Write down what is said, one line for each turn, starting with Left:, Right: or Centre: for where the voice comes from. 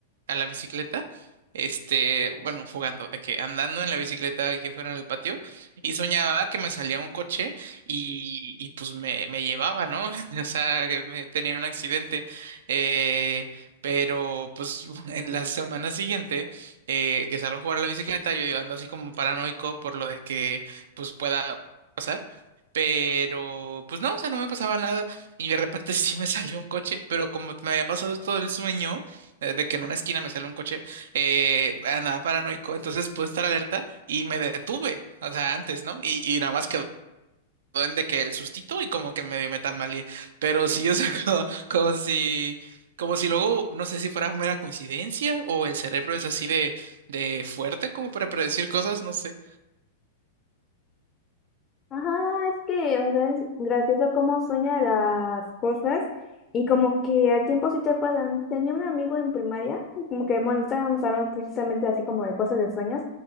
Right: a la bicicleta, este, bueno, jugando, de que andando en la bicicleta aquí fuera en el patio, y soñaba que me salía un coche y, y pues me, me llevaba, ¿no? <laughs> O sea, que me tenía un accidente, eh, pero pues <laughs> en la semana siguiente eh, que salgo a jugar a la bicicleta, yo ando así como paranoico por lo de que pues pueda pasar. Pero pues no, o sea, no me pasaba nada y de repente <laughs> sí me salió un coche, pero como me había pasado todo el sueño eh, de que en una esquina me sale un coche, eh, andaba paranoico, entonces pude estar alerta y me detuve, o sea, antes, ¿no? Y, y nada más quedó de que el sustito y como que medio me tambaleé. Pero sí, o sea, <laughs> como, como si, como si luego, no sé si fuera mera coincidencia o el cerebro es así de, de fuerte como para predecir cosas, no sé.
Left: Ajá, es que, o sea, es gracioso cómo sueña las cosas y como que al tiempo sí te pasan. Tenía un amigo en primaria, y como que, bueno, estábamos hablando precisamente así como de cosas de sueños